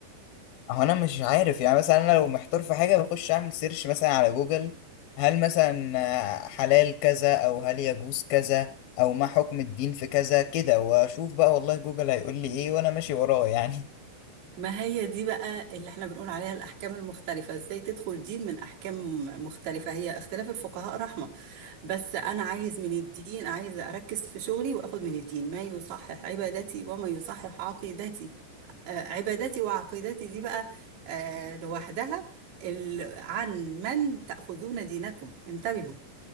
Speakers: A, on the left; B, on the right.
A: هو أنا مش عارف يعني مثلا أنا لو محتار في حاجة بخش أعمل سيرش مثلا على جوجل هل مثلا آه، حلال كذا أو هل يجوز كذا أو ما حكم الدين في كذا كده وأشوف بقى والله جوجل هيقول لي إيه وأنا ماشي وراه يعني
B: ما هي دي بقى اللي احنا بنقول عليها الأحكام المختلفة ازاي تدخل دين من أحكام مختلفة هي اختلاف الفقهاء رحمة بس أنا عايز من الدين عايز أركز في شغلي وأخد من الدين ما يصحح عبادتي وما يصحح عقيدتي آه عبادتي وعقيدتي دي بقى آه لوحدها ال... عن من تأخذون دينكم انتبهوا